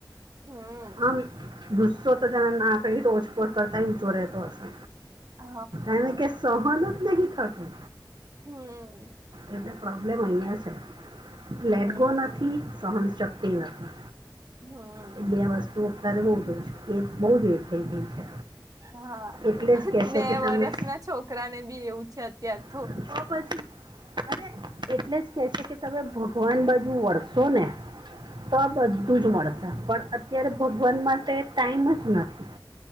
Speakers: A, on the right; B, on the right.
A: હમ
B: આમ <unintelligible> <unintelligible> રોજકોર કરતાય ઊંચો રહેતો હશે
A: હ
B: એને કે સહન જ નહી થતું
A: હમ
B: એટલે પ્રોબ્લેમ અહિયા છે લેટગો
A: હમ
B: નથી સહનશક્તિ નથી
A: હમ્મ
B: એ બે વસ્તુ અત્યારે બોહ જ એ બોહ જ એ થઈ ગઈ છે
A: હા
B: એટલે જ કહે
A: બે
B: છે કે તમે
A: વરષ ના છોકરા ને બી એવું છે અત્યારે
B: તો પછી અરે એટલે જ કે છે કે તમે ભગવાન બાજુ વળશો ને તો આ બધ ધુંજ મળશે પણ અત્યારે ભગવાન માટે ટાઈમ જ નથી.